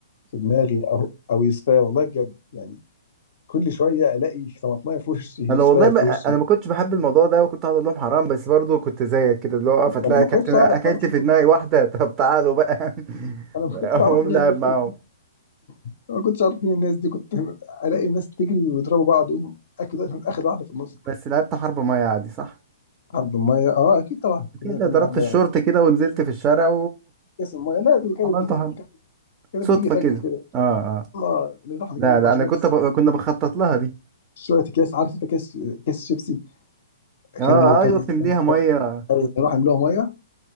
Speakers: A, on the left; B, on the right.
A: في دماغي او او يوسفيه والله بجد يعني كل شويه الاقي طماطمايه في وشي يوسفيه
B: انا والله ما...
A: في وشي
B: انا ما كنتش بحب الموضوع ده وكنت هقول لهم حرام بس برضو كنت زيك كده اللي هو اقف
A: ما
B: هتلاقي
A: انا ما
B: اكلت
A: كنتش
B: اكلت
A: اعرف انا
B: في
A: ما كنت
B: دماغي واحده <laughs> طب تعالوا بقى
A: انا ما
B: <laughs> اقوم
A: كنتش اعرف مين
B: لعب
A: الناس
B: معاهم
A: دي أنا ما كنتش اعرف مين الناس دي كنت الاقي الناس بتجري ويضربوا بعض اقوم اكيد اخد واحده في النص
B: بس لعبت حرب ميه عادي صح
A: عرض الميه اه اكيد طبعا كلنا
B: كده
A: كلنا
B: ضربت
A: قبل
B: الشورت كده ونزلت في الشارع
A: كاس الميه لا دي كانت
B: وعملت
A: بتيجي
B: <laughs> حرب
A: كانت
B: صدفه
A: بتيجي فجأة
B: كده
A: كده
B: اه آه.
A: اه نروح نجمع
B: لا لا
A: شوية
B: انا كنت ب... كنا بنخطط لها دي
A: شوية اكياس عارف انت كيس كيس شيبسي
B: اه
A: كانوا كان
B: ايوه بتمليها
A: كان
B: ميه
A: كان-
B: اه
A: نروح نملوها مية